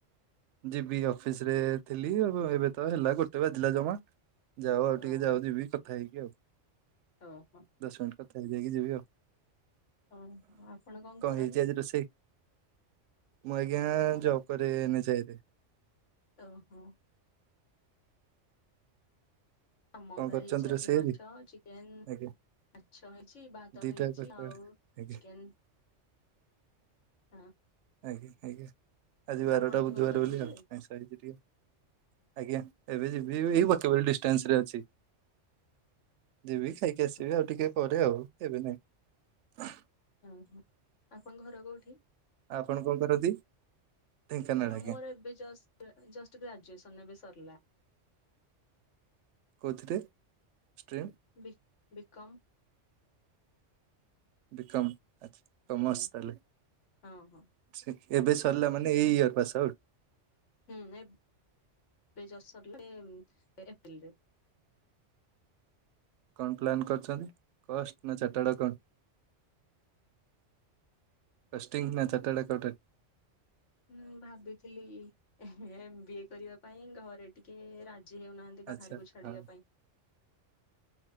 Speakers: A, on the right; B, on the left.
A: ଯିବି ଅଫିସରେ ଥିଲି ଆଉ ଏବେ ତ ହେଲା ଗୋଟେ ବାଜିଲା ଜମା। ଯାାଉ ଆଉ ଟିକେ
B: ଓହୋ
A: ଯାଉ ଯିବି କଥା ହେଇକି ଆଉ।
B: ଓହୋ।
A: ଦଶ ମିନିଟ କଥା ହେଇକି ଯିବି ଆଉ।
B: ହଁ ଆପଣ କଣ କରନ୍ତି?
A: ହେଇଛି ଆଜି ରୋଷେଇ ମୁଁ ଆଜ୍ଞା
B: ଆମ
A: ଜବ୍ କରେ <unintelligible> ରେ
B: ଓହୋ। ଆମ
A: କଣ
B: ଘରେ
A: କରିଛନ୍ତି
B: ହେଇଛି ଆଜି
A: ରୋଷେଇ
B: ମାଛ ଚିକେନ
A: ଆଜ୍ଞା
B: ମାଛ ହେଇଛି ଭାତ
A: ଦିଟା
B: ହେଇଛି
A: ଦରକାର
B: ଆଉ
A: ଆଜ୍ଞା
B: ଚିକେନ ହଁ।
A: ଆଜ୍ଞା ଆଜ୍ଞା ଆଜି ବାରଟା
B: ଆପଣ ଏବେ
A: ବୁଧବାର
B: କଣ ଘରକୁ
A: ବୋଲି
B: ଯିବେ?
A: ଆଉ <unintelligible> ଆଜ୍ଞା ଏବେ ଯିବି ଏଇ <unintelligible> ଟେନ୍ସ ରେ ଅଛି। ଯିବ ଖାଇକି ଆସିବି
B: ଓହୋ
A: ଆଉ ଟିକେ ପରେ ଆଉ ଏବେ ନାଇଁ। ଓଃ,
B: ଓ ହଁ ଆପଣଙ୍କ ଘର କୋଉଠି?
A: ଆପଣ କଣ କରନ୍ତି? ଢେଙ୍କାନାଳ
B: ହଁ
A: ଆଜ୍ଞା
B: ମୋର ଏବେ ଜଷ୍ଟ ଜଷ୍ଟ ଗ୍ରାଜୁଏସନ୍ ଏବେ ସରଲା।
A: କୋଉଥିରେ ଷ୍ଟ୍ରିମ୍?
B: ବି- ବିିକମ୍।
A: ବିକମ୍ ଆଚ୍ଛା କମସ୍
B: ଆଜ୍ଞା
A: ତାହେଲେ।
B: ହଁ ହଁ
A: ସେ ଏବେ ସରିଲା ମାନେ ଏଇ ଇୟର୍ ପାସ୍ ଆଉଟ୍?
B: ହୁଁ, ଏବ ବେ ଜଷ୍ ସରଲା ଏମ୍ ଏପ୍ରିଲରେ।
A: କଣ ପ୍ଲାନ୍ କରିଛନ୍ତି କଷ୍ଟ ନା ଚାର୍ଟାଡ୍ ନା ଏକାଉଣ୍ଟ? କଷ୍ଟିଙ୍ଗ ନା ଚାର୍ଟଡ୍ ଏକାଉଣ୍ଟେଟ୍?
B: ମୁଁ ଭାବିଥିଲି ଏହେ ଏମବିଏ କରିବା ପାଇଁ ଘରେ ଟିକେ ରାଜି ହେଉନାହାନ୍ତି
A: ଆଚ୍ଛା
B: ବାହାରକୁ ଛାଡିବା ପାଇଁ।
A: <inaudible>